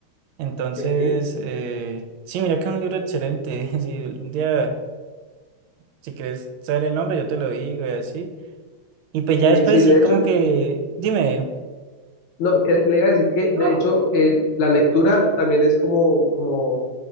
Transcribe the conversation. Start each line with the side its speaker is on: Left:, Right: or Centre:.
Right: Entonces,
Left: sí,
Right: eh, sí, mira que es un libro excelente, <laughs> si un día, si quieres saber el nombre, yo te lo digo y así. Y pues
Left: sí,
Right: ya después
Left: sí,
Right: sí,
Left: de hecho,
Right: como que, dime.
Left: no, que le iba a decir que de
Right: No.
Left: hecho eh, la lectura también es como, como,